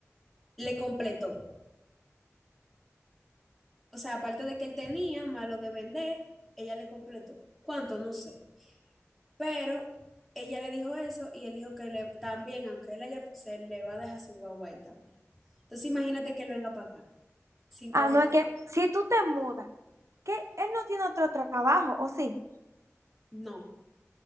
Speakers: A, in the centre; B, on the right.
A: le completó. O sea, aparte de que él tenía, malo de vender, ella le completó. ¿Cuánto? No sé. Pero ella le dijo eso y él dijo que le, también, aunque él haya, se le va a dejar su guagua ahí también. Entonces imagínate que él venga para acá, sin
B: Ah,
A: conocer.
B: no, es que si tú te mudas que él no tiene otro trabajo, ¿o sí?
A: No.